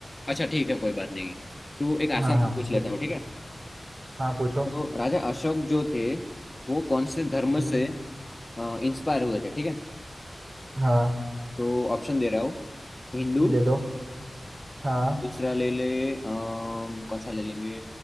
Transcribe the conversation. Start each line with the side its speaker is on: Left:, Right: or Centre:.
Left: अच्छा ठीक है कोई बात नहीं तू एक
Right: हाँ
Left: आसान
Right: हाँ
Left: से पूछ
Right: पूछ
Left: लेता हूँ ठीक है
Right: हाँ पूछो
Left: तो राजा अशोक जो थे वो कौन से धर्म
Right: हम्म
Left: से इंस्पायर हुए थे ठीक है
Right: हाँ
Left: तो ऑप्शन दे रहा हूँ हिंदू
Right: दे दो हाँ
Left: दूसरा ले ले अम, कौन सा ले लेंगे